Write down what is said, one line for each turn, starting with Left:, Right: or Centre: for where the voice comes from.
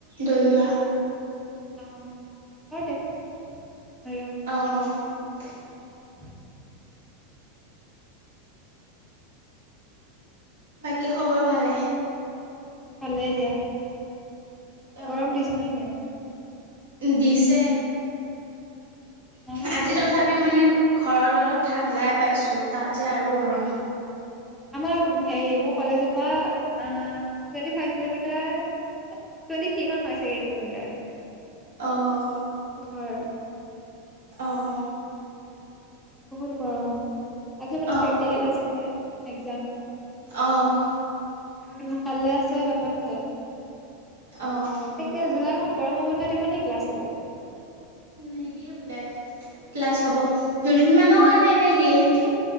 Right: দণ্ডুৱা।
Centre: অ', ওচৰতে। মৰিগাঁৱৰ
Right: অ',
Centre: পৰা। <inaudible>
Right: বাকী খবৰ ভালে?
Centre: ভালেই দিয়া
Right: অঁ
Centre: গৰম দিছেনে নাই?
Right: দিছে
Centre: আমাৰ ইয়াতো
Right: আজি
Centre: বহুত
Right: তথাপিও
Centre: গৰম।
Right: মানে ঘৰত অলপ ঠাণ্ডাই পাইছোঁ তাত যে আৰু গৰম।
Centre: আমাৰ হে মোৰ কলেজৰ পৰা আ, twenty five kilometre twenty three মান হয় চাগে কিলোমিটাৰ।
Right: অ',
Centre: ঘৰ।
Right: অ',
Centre: বহুত গৰম আজি মানে
Right: অঁ
Centre: প্ৰেক্টিকেল আছিলে এক্সাম।
Right: অ',
Centre: উম, ভালে আছে <unintelligible> খে
Right: অঁ
Centre: তাকে জুলাই মাহত গৰমৰ বন্ধ দিব নে ক্লাছ হব?
Right: নিদিয়ে বোলে ক্লাছ হ'ব দুদিনমানৰ কাৰণে এনে দিয়ে নেকি?